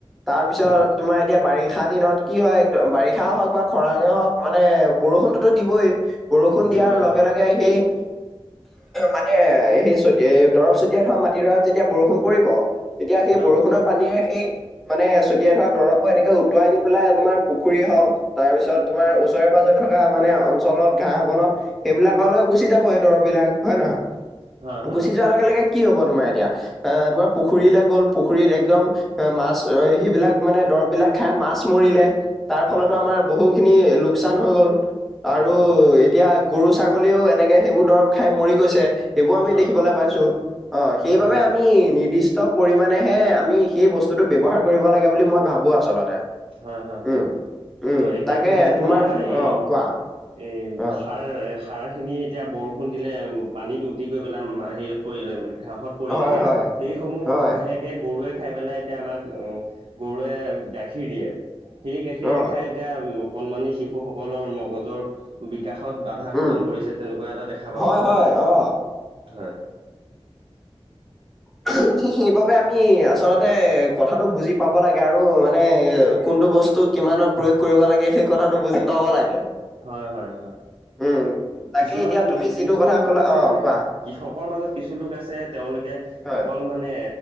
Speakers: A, in the centre; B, on the right (about 65°).
A: তাৰ পিছত
B: হয়
A: তোমাৰ- এতিয়া বাৰিষা দিনত কি হয় একদম বাৰিষা হওঁক বা খৰাঙে হওঁক মানে বৰষুণটোতো দিবই। বৰষুণ
B: দিবই
A: দিয়াৰ লগে
B: হয়
A: লগে সেই- মানে সেই চতি দৰব চটিয়াই ধৰা মাটিডৰাত যেতিয়া বৰষুণ পৰিব তেতিয়া সেই
B: হয়
A: বৰষুণত পানীৰে সেই মানে ছটিয়াই থোৱা দৰবোৰ এনেকে উটুৱাই নি পেলাই তোমাৰ পুখুৰীৰে হওঁক- তাৰ পিছত, তোমাৰ ওচৰে পাঁজৰে থকা মানে অঞ্চলত ঘাঁহ বনত- সেইবিলাকলে গুছি যাব সেই দৰব বিলাক, হয়ে নহয়?
B: হয় হয়
A: গুচি যোৱাৰ লগে লগে কি হব তোমাৰ এতিয়া- এঁহ তোমাৰ পুখুৰীলে গ'ল পুখুৰীত একদম- সে মাছ সেইবিলাক মানে দৰৱ বিলাক খাই মাছ মৰিলে। তাৰ
B: অ
A: ফলতো
B: হয় হয়
A: আমাৰ বহুখিনি লোকচান হৈ গ'ল,
B: লোকচান
A: আৰু
B: হয় হয়
A: এতিয়া- গৰু-ছাগলীয়েও এনেকে সেইবোৰ দৰৱ খাই মৰি গৈছে। সেইবোৰ আমি
B: অ
A: দেখিবলে পাইছো। অঁ সেইবাবে
B: হয় হয়
A: আমি নিৰ্দিষ্ট- ষ্ট পৰিমাণেহে আমি সেই বস্তুটো ব্যৱহাৰ কৰিব লাগে বুলি মই ভাৱো আচলতে।
B: হয় হয় হয়,
A: উম উম
B: অঁ এতিয়া
A: তাকে
B: তুমি যে
A: তোমাৰ
B: ক'লা এই
A: অ কোৱা
B: এই
A: অ
B: সাৰ- এ সাৰখিনি এতিয়া বৰষুণ দিলে পানীত উটি গৈ পেলাই হেৰিয়ত পৰিলে ঘাঁহত- পৰিলেগে,
A: হয় হয়
B: সেইসমূহ
A: হয়
B: ঘাঁহেকে গৰুৱে খাই পেলাই এতিয়া আমাক অ গৰুৱে গাখ- খীৰ দিয়ে, সেই গাখীৰে
A: অ
B: খাই এতিয়া কণমানি শিশুসকলৰ মগজৰ- বিকাশত বাধা প্ৰদান
A: উম
B: কৰিছে তেনেকুৱা এটা দেখা পা
A: হয়
B: পোৱা
A: হয়
B: যায়,
A: অ
B: হয়।
A: <unintelligible> ঠিক সেইবাবে আমি আচলতে কথাটো বুজি পাব লাগে আৰু মানে কোনটো বস্তু- কিমানত প্ৰয়োগ কৰিব লাগে, সেই কথাটো বুজি পাব লাগে।
B: হয় হয় হয়,
A: উম, তাকে
B: কিছুমান
A: এতিয়া তুমি যিটো
B: কিছুলোক
A: কথা ক'লা
B: আছে
A: অ'
B: মানে-
A: কোৱা
B: কৃষকৰ মাজত কিছু লোক আছে তেওঁলোকে
A: হয়
B: অকল মা- মানে